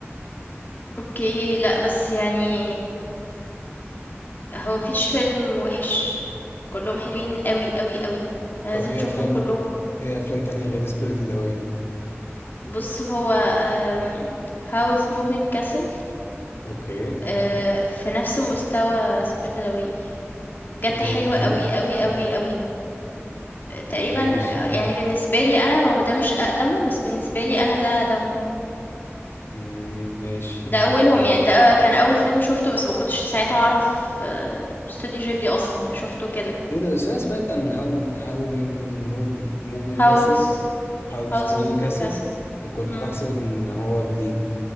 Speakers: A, on the left; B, on the left.
A: اوكي لا بس يعني آه، هو مفيش فيلم وحش كلهم حلوين قوي قوي قوي لازم
B: طب ايه
A: تشوفهم
B: افلام
A: كلهم
B: ايه افلام تانية غير سبيريتد اواي
A: بُص، هو آمم Howl's Moving Castle
B: اوكي
A: آآ في نفس مستوى Spirited Away بجد
B: ماشي
A: حلو أوي، أوي، أوي، أوي. آآ تقريبًا
B: ماشي
A: آه، يعني بالنسبة لي أنا هو ده مش أقدمهم، بس بالنسبة لي أنا ده أقدمهم،
B: مم، ماشي
A: ده
B: يعني
A: أولهم يعني، ده كان أول فيلم شُفته بس ما كنتش ساعتها أعرف آه، استوديو غيبلي أصلًا، يعني شُفته كده.
B: ايه ده بس انا سمعت عن هاولين هاولين موفين موفين
A: Howl's
B: كاسل هاولز
A: Howl's
B: موفين
A: Moving
B: كاسل
A: Castle
B: وكنت
A: إمم.
B: بحسب ان هو جديد